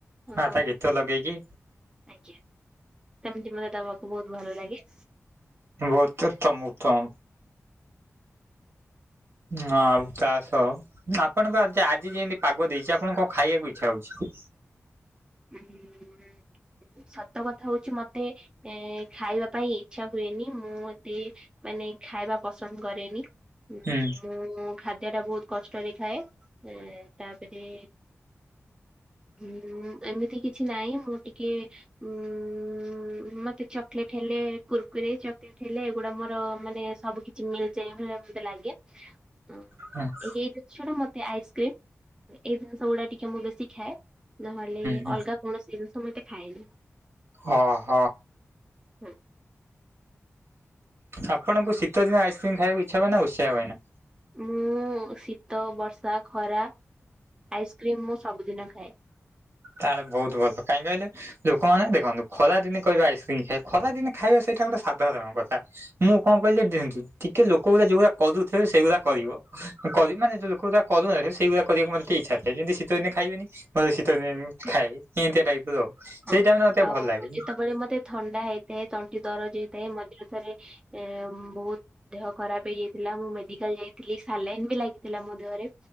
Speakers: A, on the right; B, on the right.
A: ଅ
B: ଆ ତା ଗୀତ ଲଗେଇ କି।
A: ଆଜ୍ଞା ସେମିତି ମତେ ଦବାକୁ ବହୁତ ଭଲ ଲାଗେ।
B: ବହୁତ ଉତ୍ତମ ଉତ୍ତମ। ହଁ ଆଉ ତାସହ ଆପଣଙ୍କ ଆଜ ଆଜି ଯେମିତି ପାଗ ଦେଇଛି ଆପଣ କଣ ଖାଇବାକୁ ଇଚ୍ଛା ହଉଛି?
A: ଉଁ ସତ କଥା ହଉଛି ମତେ ଏ ଖାଇବା ପାଇଁ ଇଚ୍ଛା ହୁଏନି ମୁଁ ଏତେ ମାନେ ଖାଇବା ପସନ୍ଦ କରେନି ଉଁ
B: ହୁଁ
A: ମୁଁ ଖାଦ୍ୟ ଟା ବହୁତ କଷ୍ଟରେ ଖାଏ ଏ ତାପରେ ଉଁ ଏମିତି କିଛି ନାହିଁ ମୁଁ ଟିକେ ଉଁ ମତେ ଚକଲେଟ ହେଲେ କୁର୍ କୁରେ ଚକଲେଟ ହେଲେ ଏଗୁଡା ମୋର ମାନେ ସବୁ କିଛି ମିଳିଯାଏ ମତେ ଲାଗେ ଉଁ
B: ହୁଁ
A: ଏ ଏଇ ଯୋଉ ଛଡା ମତେ ଆଇସ୍କ୍ରିମ ଏ ଏଇ ଜିନିଷ ଗୁଡା ଟିକେ ମୁଁ ବେଶୀ ଖାଏ ନହେଲେ
B: ହୁଁ
A: କୌଣସିି ଜିନିଷ ମୁଁ ଏତେ ଖାଏନି।
B: ହ ହ।
A: ହୁଁ।
B: ଆପଣଙ୍କୁ ଶୀତଦିନେ ଆଇସ୍କ୍ରିମ୍ ଖାଇବାକୁ ଇଚ୍ଛା ହୁଏ ନା ଉତ୍ସା ହୁଏ ନା?
A: ମୁଁ ଶୀତ, ବର୍ଷା, ଖରା ଆଇସ୍କ୍ରିମ୍ ମୁଁ ସବୁଦିନ ଖାଏ।
B: ତାହେଲେ ବହୁତ ଭଲ। କାହିଁ କହିଲେ? ଲୋକମାନେ ଦେଖନ୍ତୁ ଖରା ଦିନେ କହିବେ ଆଇସ୍କ୍ରିମ ଖାଇବା ଖରା ଦିନେ ଖାଇବା ସେଇଟା ଗୋଟେ ସାଧାରଣ କଥା। ମୁଁ କଣ କହିଲି ଦେଖନ୍ତୁ ଟିକେ ଲୋକ ଗୁରା ଯୋଉଗୁରା କରୁଥିବେ ସେଇଗୁରା କରିବ। କରିବ ମାନେ ଯଉ ଲୋକଗୁରା କରୁନାହାନ୍ତି ସେଇ ଗୁରା କରିବାକୁ ମୋତେ ଟିକେ ଇଚ୍ଛା ଥାଏ ଯେମିତି ଶୀତ ଦିନେ ଖାଇବେନି ମୋତେ ଶୀ ଶିତ ଦିନ ରେ ମୁଁ ଖାଏ ଏମିତିଆ ଟାଇପ ର ସେଇ
A: ହଁ
B: ଟାଇମ୍ ରେ ମତେ ଟିକେ
A: ଆଉ
B: ଭଲ ଲାଗେ।
A: ଯେତେବେଳେ ମତେ ଥଣ୍ଡା ହେଇଥାଏ ତଣ୍ଟି ଦରଜ ହେଇଥାଏ ମିଝିରେ ଥରେ ଏ ଉଁ ବହୁତ ଦେହ ଖରାପ ହେଇଯାଇଥିଲା ମୁଁ ମେଡିକାଲ ଯାଇଥିଲି ସାଲାଇନ ବି ଲାଗିଥିଲା ମୋ ଦେହରେ।